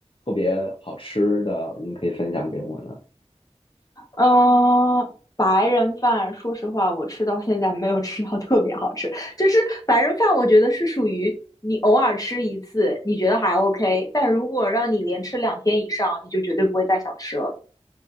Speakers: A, on the left (about 50°); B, on the left (about 30°).
A: 特别好吃的，你可以分享给我呢？
B: 嗯、呃白人饭，说实话，我吃到现在没有吃到特别好吃。就是白人饭，我觉得是属于你偶尔吃一次，你觉得还 OK，但如果让你连吃两天以上，你就绝对不会再想吃了。